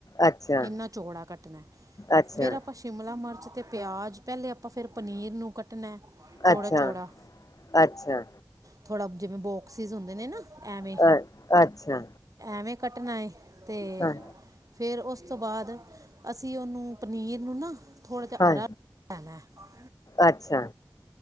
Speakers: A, on the left; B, on the right.
A: ਅੱਛਾ
B: ਇਨਾ ਚੌੜਾ ਕੱਟਣਾ,
A: ਅੱਛਾ
B: ਫਿਰ ਆਪਾਂ ਸ਼ਿਮਲਾ ਮਿਰਚ ਤੇ ਪਿਆਜ ਪਹਿਲੇ ਆਪਾਂ ਫਿਰ ਪਨੀਰ ਨੂੰ ਕੱਟਣਾ। ਚੌੜਾ
A: ਅੱਛਾ-
B: ਚੌੜਾ
A: ਅੱਛਾ।
B: ਥੋੜ੍ਹਾ ਜਿਵੇਂ ਬੋਕਸਿਸ ਹੁੰਦੇ ਨੇ ਨਾ। ਐਵੇਂ,
A: ਅ ਅੱਛਾ
B: ਐਵੇਂ ਕੱਟਣਾ ਹੈ ਤੇ
A: ਹਾਂ
B: ਫੇਰ ਉਸ ਤੋਂ ਬਾਅਦ ਅਸੀਂ ਉਹਨੂੰ ਪਨੀਰ ਨੂੰ ਨਾ ਥੋੜ੍ਹਾ ਜਿਹਾ
A: ਹਾਂ
B: ਅਰਣ ਲੈਣਾ ਹੈ।
A: ਅੱਛਾ!